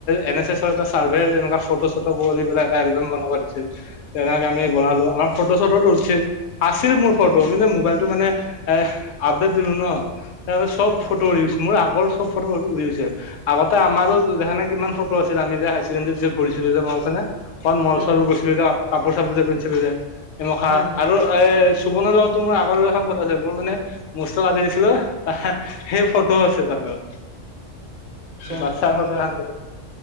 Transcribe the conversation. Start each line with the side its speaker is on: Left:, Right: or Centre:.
Left: এন এছ এছ এ, চাৰ্ভে এ ফটো চটো কৰি পেল এটা এলবাম বনাব দিছিল তেনেক আমি বনালো আমাৰ ফটো ফটো তছিল আছিল। মোৰ ফটো কিন্তু মোবাইলটো মানে এ আপডেট দিলো ন। সে চব
Right: উম
Left: ফটো উৰি গৈছে। মোৰ আগৰ চব ফটো উৰি গৈছে আগতে আমাৰো দেখানে কিমান ফটো আছ। আমি যে হাই ছেকেডাৰীত যে ঘূৰিছিলো যে মে মল
Right: উম
Left: চল
Right: উম
Left: গছিলো কাপোৰ চাপোৰ যে। যে এমখা
Right: উম উম
Left: আৰু এ চোবনৰ লগতো মোৰ আগৰ এখন। টো আছে মোৰ মানে মস্ত আাজি দিছিলো। সেই ফটোও আছে তাৰ লগত।
Right: আচ্ছা
Left: বাচ্ছাৰ সদায় শান্ত।